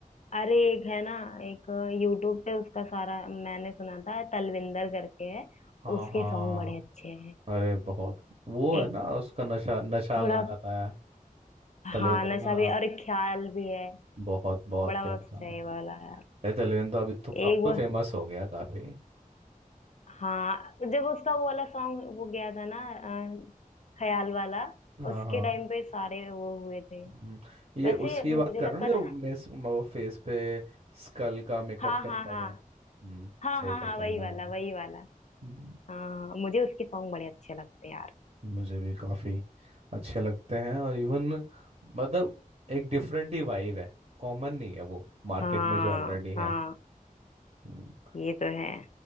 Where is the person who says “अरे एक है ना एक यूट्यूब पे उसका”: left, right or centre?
Left